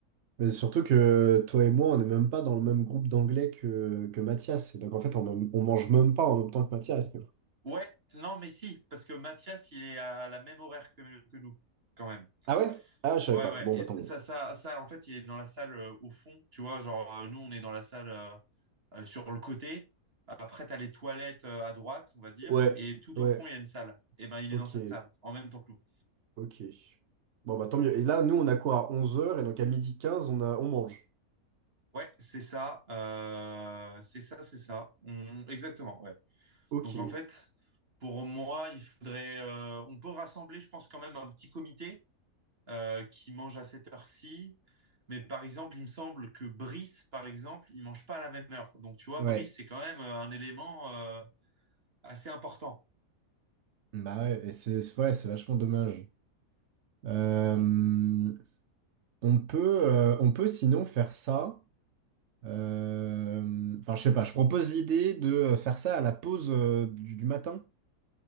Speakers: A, on the right; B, on the right.
A: Mais surtout que toi et moi, on n'est même pas dans le même groupe d'anglais que, que Mathias. Et donc en fait, on, on mange même pas en même temps que Mathias, nous.
B: Ouais, non, mais si, parce que Mathias, il est à la même horaire que, que nous, quand même.
A: Ah ouais? Ah, je savais
B: Ouais,
A: pas.
B: ouais,
A: Bon,
B: et
A: bah tant mieux.
B: ça, ça, ça, en fait, il est dans la salle euh, au fond, tu vois, genre, euh, nous, on est dans la salle euh, euh, sur le côté. Après, t'as les toilettes euh, à droite, on va dire,
A: Ouais,
B: et tout
A: ouais,
B: au fond, il y a une salle. Et ben, il
A: ok,
B: est dans cette salle, en même temps que nous.
A: ok. Bon, bah tant mieux. Et là, nous, on a quoi à onze heures et donc à midi quinze on a, on mange.
B: Ouais, c'est ça, euh, c'est ça, c'est ça. On- Exactement, ouais.
A: Ok.
B: Donc en fait, pour moi, il faudrait, euh, on peut rassembler, je pense, quand même un petit comité euh, qui mange à cette heure-ci. Mais par exemple, il me semble que Brice, par exemple, il mange pas à la même heure. Donc tu vois,
A: Ouais.
B: Brice, c'est quand même euh, un élément euh, assez important.
A: Bah ouais, et c'est c'est- ouais, c'est vachement dommage. Euh,
B: Donc
A: on peut, euh, on peut sinon faire ça. Euh, Enfin, je sais pas, je propose l'idée de faire ça à la pause euh, du, du matin,